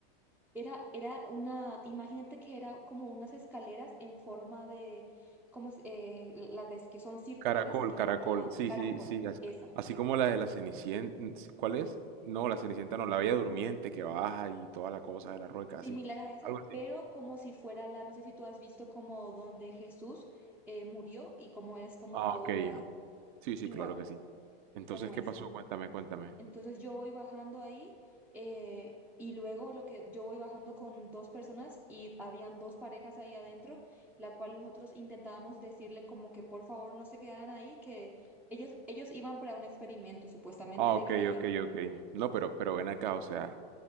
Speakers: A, in the centre; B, on the right.
A: Era, era una, imagínate que era como unas escaleras en forma de, como es- eh, las de- que son circulares
B: caracol,
A: y que
B: caracol,
A: van bajando,
B: sí,
A: caracol,
B: sí, sí, así,
A: esa,
B: así como la de la Cenicienta, ¿cuál es? No, la Cenicienta no, la Bella Durmiente que baja y toda la cosa de la rueca, así,
A: similar a esa,
B: algo así.
A: pero como si fuera la, no sé si tú has visto como donde Jesús eh, murió y como es como
B: Ah,
A: todo
B: ok,
A: la,
B: sí, sí,
A: igual,
B: claro que sí. Entonces,
A: como
B: ¿qué
A: esa.
B: pasó? Cuéntame, cuéntame.
A: Entonces yo voy bajando ahí eh, y luego lo que yo voy bajando con dos personas y habían dos parejas ahí adentro, la cual nosotros intentábamos decirle como que por favor no se quedaran ahí, que ellos, ellos iban para un experimento supuestamente
B: Ah,
A: de
B: ok,
A: que ahí...
B: ok, ok. No, pero, pero ven acá, o sea,